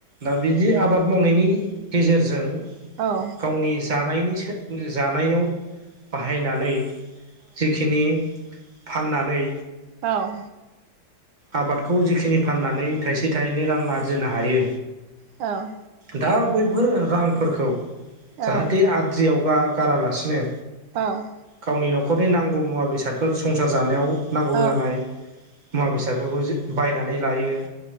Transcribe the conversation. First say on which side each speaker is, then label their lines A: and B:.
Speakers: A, on the right (about 55°); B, on the right (about 85°).
A: दा बिदि आबाद मावनायनि गेजेरजों
B: औ
A: गावनि जानायनि <unintelligible> जानायाव बाहायनानै जिखिनि फाननानै
B: औ
A: आबादखौ जिखिनि फाननानै थाइसे थाइनै रां आरजिनो हायो।
B: औ
A: दा बैफोर रांफोरखौ
B: औ
A: जाहाथे
B: औ
A: आद्रियाव गा-गारालासिनो
B: औ
A: गावनि न'खरनि नांगौ मुवा बेसादफोर संसार जानायाव नांगौ
B: बेखौ लायो औ
A: जानाय मुवा बेसादफोरखौ बायनानै लायो